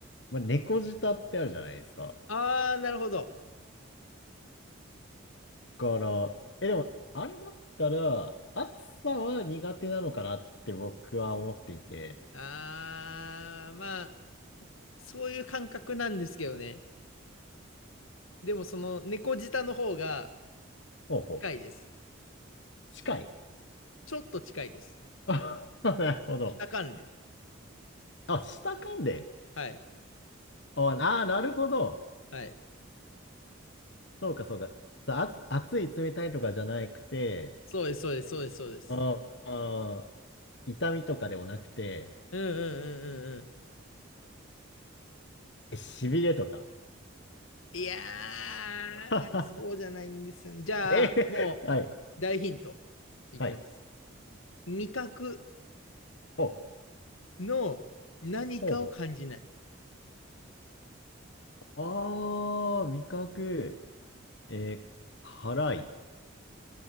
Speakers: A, on the left (about 60°); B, on the left (about 85°).
A: まあ、猫舌ってあるじゃないですか。
B: ああ、なるほど。
A: から、え、でも、あれだったら、暑さは苦手なのかなって僕は思っていて。
B: ああ、まあ、そういう感覚なんですけどね。でもその猫舌の方が
A: ほうほう。
B: 近いです。
A: 近い。
B: ちょっと近いです。
A: あ、<laughs> なるほど。
B: 舌関連。
A: あ、下関連。
B: はい。
A: あ、あ、なるほど。
B: はい。
A: そうか、そうか。あ、暑い、冷たいとかじゃなくて、
B: そうです、そうです、そうです、そうです。
A: ああ、痛みとかでもなくて、
B: うんうんうんうんうん。
A: え、しびれとか。
B: いやー、
A: <laughs>
B: そうじゃないんですよね。じゃあ、
A: え、
B: もう、
A: はい、
B: 大ヒントいきます。
A: はい。
B: 味覚
A: ほう、
B: の何かを感じない。
A: ほうほう。ああ、味覚。えー辛い。